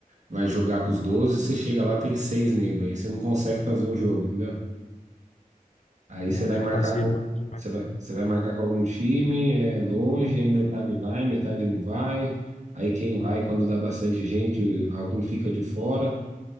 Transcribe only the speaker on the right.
Vai jogar com os doze você chega lá, tem seis negros. Aí você não consegue fazer o jogo, entendeu? Aí você
vai
marcar
com.
Você vai, você vai marcar com algum time, é longe, aí metade vai, metade não vai. Aí quem vai, quando dá bastante gente, algum fica de fora.